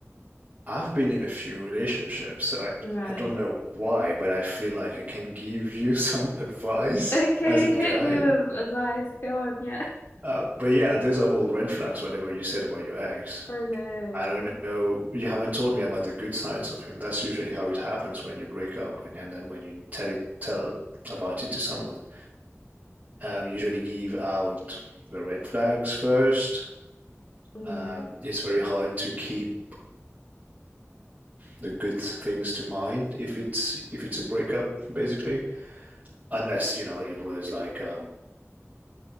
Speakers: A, on the right; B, on the left.
A: I've been in a few relationships, so I
B: Right.
A: I don't know why, but I feel like I can give you some <laughs> advice
B: Okay,
A: as a guy.
B: <laughs> hit me with advice. Go on, yeah. <laughs>
A: Uh, but yeah, those are all red flags, whatever you said about your ex.
B: Oh no,
A: I
B: yeah.
A: don't know. You haven't told me about the good sides of him. That's usually how it happens when you break up, and, and then when you tell it, tell about it to someone. Um, usually give out the red flags first.
B: Mm,
A: Um, it's very hard to keep the good things to mind if it's if it's a breakup, basically. Unless you know it was like um,